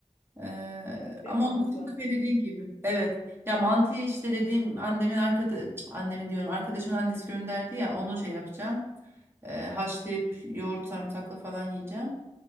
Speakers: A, on the right; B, on the left.
A: Ee,
B: Evet ve
A: ama
B: mantı.
A: onun dışında senin dediğin gibi. Evet. Ya mantıyı işte dediğim annemin arkada annemin diyorum arkadaşımın annesi gönderdi ya onu şey yapacağım. Ee, haşlayıp yoğurt sarımsakla falan yiyeceğim.